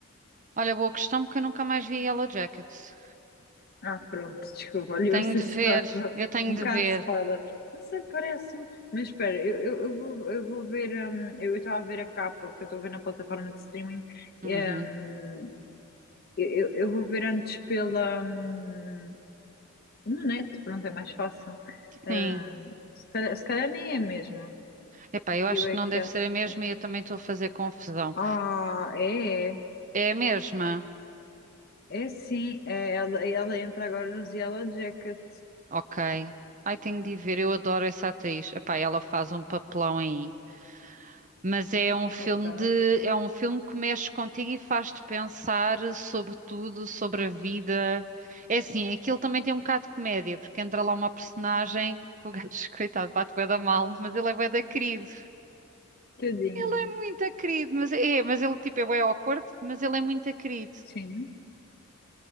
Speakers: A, on the right; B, on the left.
A: Olha, boa questão, porque eu nunca mais vi Yellow Jackets.
B: Ah, pronto, desculpa, olha,
A: Tenho
B: eu sei
A: de
B: só
A: ver,
B: com
A: eu tenho
B: um
A: de
B: bocado
A: ver.
B: de spoiler. Não sei, parece-me, mas espera, eu, eu, eu vou, eu vou ver, hum, eu eu estava a ver a capa, porque eu estou a ver na plataforma de streaming, e,
A: Uhum.
B: hum, eu, eu eu vou ver antes pela, hum, na net, pronto, é mais fácil. Ah,
A: Sim.
B: se calhar, se calhar nem é mesmo,
A: Epá, eu acho
B: eu é
A: que não
B: que
A: deve
B: acho
A: ser a mesma
B: que...
A: e eu também estou a fazer confusão.
B: Ah, é, é,
A: É a mesma?
B: é sim, é, ela, ela entra agora nos Yellow Jacket,
A: Ok. Ai, tenho de ir ver, eu adoro essa atriz. Epá, ela faz um papelão aí. Mas é um filme
B: ok,
A: de, é um filme que mexe contigo e faz-te pensar sobre tudo, sobre a vida. É assim, aquilo também tem um bocado de comédia, porque entra lá uma personagem, o gajo, <laughs> coitado, bate bué da mal, mas ele é bué da querido.
B: tadinho,
A: Ele é muito querido, mas é, mas ele tipo é bué awkward, mas ele é muito querido.
B: sim.